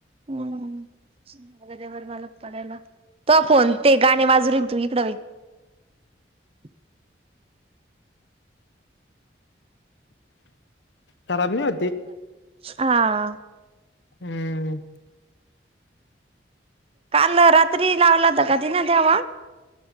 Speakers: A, on the right; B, on the left.
A: हो, ना. <unintelligible> मला पयला तो फोन ते गाणे <unintelligible> तू इकड हुय. <inaudible>
B: खराब नाही होते ते
A: हा
B: हम.
A: काल रात्री लावलाता, कधी ना तेवा?